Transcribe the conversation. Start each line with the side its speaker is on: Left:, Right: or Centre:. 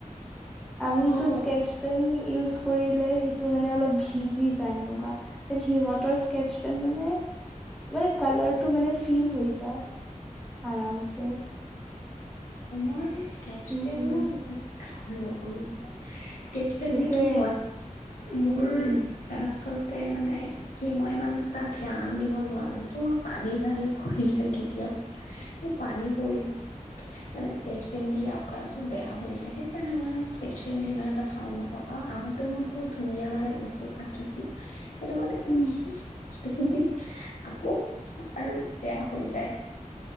Left: <unintelligible>
Centre: আমিটো
Left: অ',
Centre: স্কেচ পেন ইউজ কৰিলে সেইটো মানে অলপ ভিজি যায় সেনেকুৱা। সিহঁতৰ স্কেচ পেন মানে-মানে কালাৰটো মানে ফিল হৈ যায়। আৰামছে।
Left: ম‌ই স্কেচ
Centre: উম
Left: পেনো
Centre: উম
Left: সিমান ব্যৱহাৰ নকৰোঁ। স্কেচ পেন
Centre: সেইটোৱে
Left: দি কি হয় মোৰ
Centre: উম।
Left: আচলতে মানে কি মই ইমান এটা ধ্যান দিব নোৱাৰোঁ তোৰ পানী-চানী পৰি যায় কেতিয়াবা। পানী পৰিল মানে তেজ। পেন দি অকাযোৰ বেয়া হৈ যায়। সেইকাৰণে মই স্কেচ পেন দি ইমান এটা ভাল নাপাওঁ। আৰু আগত এইটো মই বহুত ধুনীয়া মানে বস্তু আকিছোঁ। সেইটো মানে
Centre: উম।
Left: স্কেচ পেন দি আকোঁ আৰু বেয়া হৈ যায়।